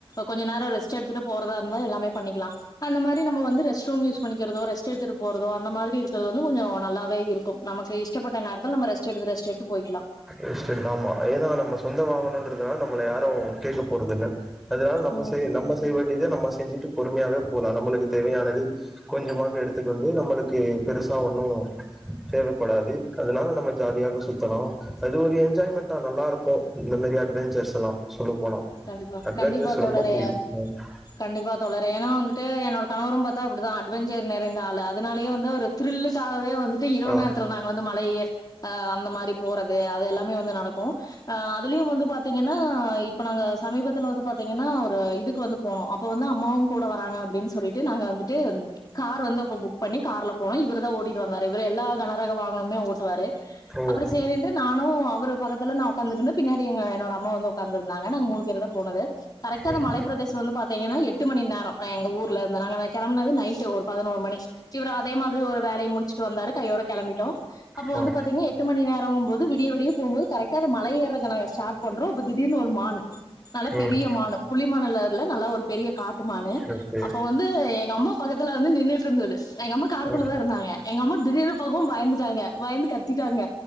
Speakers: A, on the left (about 40°); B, in the centre.
A: கொஞ்ச நேரோ ரெஸ்ட் எடுத்துட்டு போறதா இருந்தா எல்லாமே பண்ணிக்கலா அந்த மாதிரி நம் வந்து ரஸ்ட் ரூ யூ பண்ணிக்கிறதோ ரெஸ் எடுத்துட்டு போறதோ அ மாரி இருக்கிறது வந்து கொஞ்சம் நல்லாவ இரு கும் நமக்குஷப்பட்ட நேரத்தில நம் ரெட்எடு ரெஸ்ட் எடுத்து போய்க்கலா
B: ரெஸ்ட் எடுதாமா ஏதா நம்ம சொந்த வாங்கணன்றதுனால நம்மள யாரு கேக்க போறது இல்ல அதனால நம்ம
A: ம்
B: செய் நம்ம செய்ய வேண்டியத நம்ம செஞ்சுட்டு பொறுமையாவே போலா நம்மளுக்கு தேவையானது கொஞ்சமாது எடுத்துக்கொண்டு நம்மளுக்கு பெருசா ஒண்ணு தேவைப்படாது அதனால நம்ம ஜாலியாக சுத்தனு அது ஒரு என்ஜாய்மெண்டா நல்லாருக்கு இந்த மாரி அட்வெஞ்சர்ஸ் எல்லாம் சொல்ல போன
A: கண்டிப்பா
B: அட்வெஞ்சர்ஸ்
A: கண்டிப்பா தோழரே
B: ரொம்ப புடிக்கு அ
A: கண்டிப்பா தோழறே ஏன்னா வந்துட்டு என்னோட கணவரு பாத்தா அப்படிதா அட்வெஞ்சர் நெறைந்த ஆளு அதனாலயே வந்து ஒரு த்ருல்லுக்காகவே வந்துட்டு இரவு
B: ஆ
A: நேரத்துல நாங்க வந்து மழையே அ அந்த மாரி போறது அது எல்லாமே வந்து நடக்கு அ அதுலயு வந்து பாத்தீங்கன்னா இப் இப்ப நாங்க சமீபத்துல வந்து பாத்தீங்கன்னா ஒரு இதுக்கு வந்து போனோ அப்ப வந்து அம்மாவு கூட வராங்க அப்டின்னு சொல்லி ட்டு நாங்க வந்துட்டு கார் வந்து அப்ப புக் பண்ணி கார்ல போனோ இவரு தா ஓட்டிட்டு வந்தாரு இவர் எல்லா கண ரக வாகனமே ஓட்டுவாரு
B: ஓ
A: அப்பற சேரி நானு அவரு பக்கத்து நா உக்காந்துட்ருந்தே பின்னாடி எங்க என்னோட அம்மா வந்து உக்காந்துருதாங்க நாங்க மூணு பேர்தா போனது கரெக்ட்டா அந்த
B: ம்
A: மலை பிரதேச வந்து பாத்தீங்கன்னா எட்டு மணி நேரோ அ எங்க ஊர்ல இருந்து நாங்க கெளம்பனது நைட் ஒரு பதினோரு மணி சிவர அதே மாதிரி ஒரு வேலைய முடிச்சுட்டு வந்தாரு கையோட கெளம்பிட்டோ அப்ப
B: ஆ
A: வந்து பாத்தீங்க எட் டு மணி நேரங்கும் போது விடிய போம்போது கரெக்டா அது மலைய ஏறத நாங்க ஸ்டார்ட் பண்றோ இப்ப திடர்னு ஒரு மான் நல்ல பெரிய
B: ம்
A: மானு புளி மானுல்ல நல்லா ஒரு பெரிய காட்டு மானு
B: ஓகே
A: அப்ப வ வந்து எங்கம்மா பக்கத்துல வந்து நின்றுட்ருந்தது எங்கம்மா காருக்குள்ள
B: ம்
A: தா இருந்தாங்க எங்க அம்மா திடீர் அப்பாவு பயந்துட்டாங்க பயந்து கத்திட்டாங்க